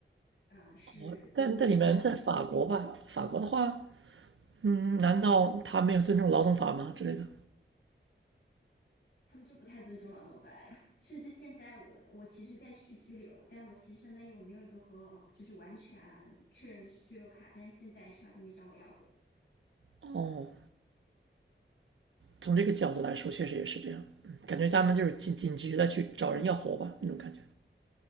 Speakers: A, on the left; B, on the right.
A: 呃，是情绪化的那种。
B: 我但但你们在法国吧？法国的话，嗯，
A: 嗯。
B: 难道他没有尊重劳动法吗之类的？
A: 他们就不太尊重劳动法呀。甚至现在我我其实在续居留，但我其实相当于我没有一个和就是完全确认的居留卡，但是现在 HR 都没找我要过。
B: 哦，从这个角度来说，确实也是这样。嗯，感觉他们就是紧紧急的去找人要活吧，那种感觉。